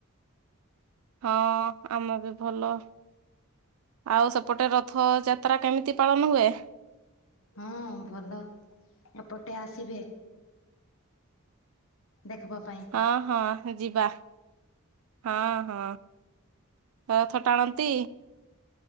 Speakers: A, on the right; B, on the left.
A: ହଁ ଆମବି ଭଲ ଆଉ ସେପଟେ ରଥଯାତ୍ରା କେମିତି ପାଳନ ହୁଏ?
B: ହଁ ଭଲ ଏପଟେ ଆସିବେ। ଦେଖିବା ପାଇଁ।
A: ହଁ ହଁ ଯିବା। ହଁ ହଁ ରଥ ଟାଣନ୍ତି।